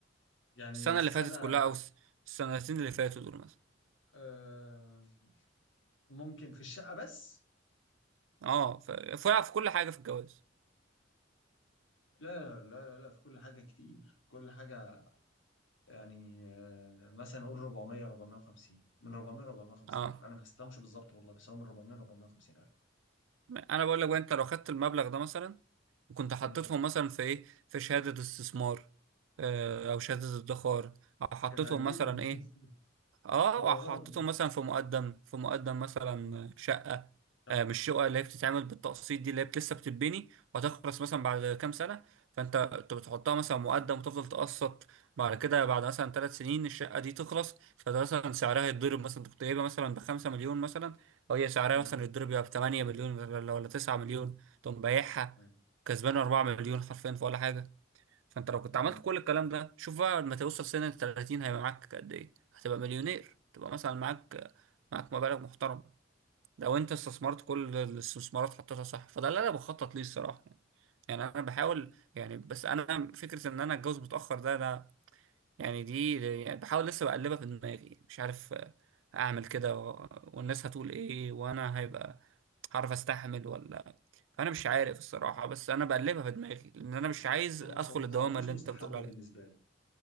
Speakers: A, on the left; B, on the right.
A: يعني
B: السنه
A: السنه
B: اللي فاتت كلها او الس- السنتين اللي فاتوا دول مثلا
A: آه ممكن في الشقه بس
B: اه ف- فرق في كل حاجه في الجواز
A: لا لا لا لا في كل حاجه كتير كل حاجه يعني آه مثلا نقول 400 450 من 400 450
B: اه
A: الف انا ما حسبتهمش بالظبط والله بس هو من 400 450 الف
B: انا بقول لك بقى انت لو خدت المبلغ ده مثلا وكنت حطيتهم
A: مم.
B: مثلا في ايه في شهاده استثمار آه، او شهاده ادخار او حطيتهم
A: كانت هتجيب
B: مثلا
A: <laughs>
B: ايه اه
A: حوارات
B: وحطيته
A: دي
B: مثلا في مقدم في مقدم مثلا
A: مم.
B: شقة
A: لا.
B: آه، مش شقة اللي هي بتتعمل بالتقسيط دي اللي هي بت- لسه بتتبني وهتخلص مثلا بعد كام سنة فانت انت بتحطها مثلا مقدم وتفضل تقسط بعد كده بعد مثلا ثلاث سنين الشقة دي تخلص فده مثلا سعرها يتضرب مثلا انت كنت جايبها مثلا بخمسة مليون مثلا وهي سعرها
A: مم.
B: مثلا يتضرب يبقى بتمانية مليون ولا ولا تسعة مليون تقوم بايعها
A: أيوة.
B: كسبان أربعة مليون حرفيا في ولا حاجة فانت لو كنت
A: مم.
B: عملت كل الكلام ده شوف بقى لما توصل سن ال 30 هيبقى معاك قد ايه هتبقى مليونير تبقى مثلا معاك معاك مبالغ محترمه لو انت استثمرت كل الاستثمارات حطيتها صح فده اللي انا بخطط ليه الصراحه يعني يعني انا بحاول يعني بس انا فكره ان انا اتجوز متاخر ده انا يعني دي يعني بحاول لسه بقلبها في دماغي مش عارف آه، اعمل كده و- والناس هتقول ايه وانا هيبقى هعرف استحمل ولا فانا مش عارف الصراحه بس انا بقلبها في دماغي لان انا مش عايز
A: انا
B: ادخل
A: بصراحه
B: الدوامه
A: مش
B: اللي
A: مستحبه
B: انت بتقول عليها
A: بالنسبه لي